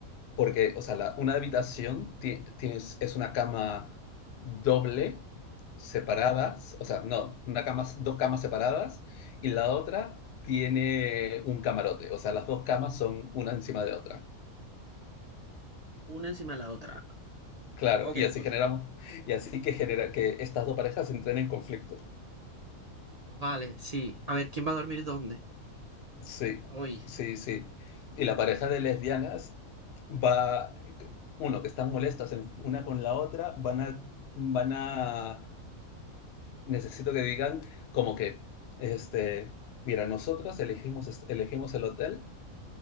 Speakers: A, on the left; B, on the right.
A: porque, o sea, la- una habitación ti- tienes, es una cama doble, separadas, o sea, no, una cama, dos camas separadas, y la otra tiene un camarote, o sea, las dos camas son una encima de otra.
B: Una encima de la otra.
A: Claro,
B: Ok,
A: y así
B: ok.
A: generamos, y así que genera que estas dos parejas entren en conflicto.
B: Vale, sí. A ver, ¿quién va a dormir dónde?
A: Sí,
B: Hoy.
A: sí, sí. Y la pareja de lesbianas va, uno, que están molestas en- una con la otra, van a, van a, necesito que digan como que, este, mira, nosotras elegimos, est- elegimos el hotel